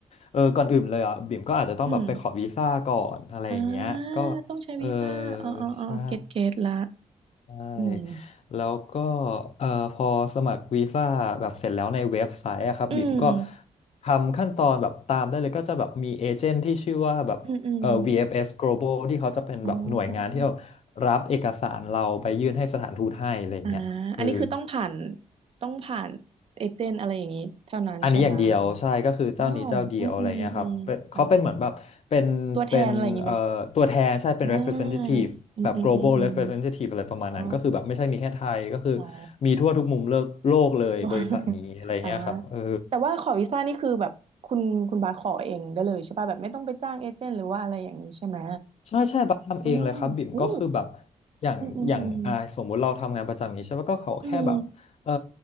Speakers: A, on the left (about 55°); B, on the right (about 50°).
A: เออก่อนอื่นเลยอ่ะบิ่มก็อาจจะต้องแบบไปขอวีซ่าก่อนอะไรอย่างเงี้ยก็
B: อืมอ่าต้องใช้วีซ่าอ๋ออ๋ออ๋อเก็ตเก็ตละ
A: เออใช่ใช่
B: อืม
A: แล้วก็เออพอสมัครวีซ่าแบบเสร็จแล้วในเว็บไซต์อะครับบิ่มก็
B: อืม
A: ทำขั้นตอนแบบตามได้เลยก็จะแบบมีเอเจนต์ที่ชื่อว่าแบบเออ
B: อืมอืม
A: VFS Global ที่เขาจะเป็นแบบหน่วยงานที่เอา
B: อ๋อ
A: รับเอกสารเราไปยื่นให้สถานทูตให้อะไรอย่างเงี้ย
B: อ่าอันนี้คือต้องผ่าน
A: คือ
B: ต้องผ่านเอเจนต์อะไรอย่างนี้เท่านั้นใช่ไหมหรือว่า
A: อันนี้อย่างเดียวใช่ก็คือเจ้านี้เจ้าเดียวอะไรเงี้ยครับเป็นเขาเป็นเหมือนแบบเป็นเป็นเอ่อตัวแทนใช่เป็น
B: ว้าวอืมอืมอืมอ่าตัวแทนอะไรอย่างนี้ไหมอ่
A: representative
B: าอืมอืมอืมอืม
A: แบบ global representative อะไรประมาณนั้นก็คือแบบไม่ใช่มีแค่ไทยก็คือ
B: อ๋ออ๋อ
A: มีทั่วทุกมุมโลกโลกเลยบริษัทนี้อะไรเงี้ยครับเออ
B: <laughs> อ่าแต่ว่าขอวีซ่านี่คือแบบคุณคุณบาสขอเองได้เลยใช่ป่ะแบบไม่ต้องไปจ้างเอเจนต์หรือว่าอะไรอย่างนี้ใช่ไหม
A: ใช่ใช่บัสทำเองเลยครับบิ่มก็คือแบบ
B: อ๋ออู้
A: อย่างอย่างอ่าสมมุติเราทำงานประจำอย่างนี้ใช่ปะก็เขาแค่แบบเอ่อ
B: อืมอืมอืมอืม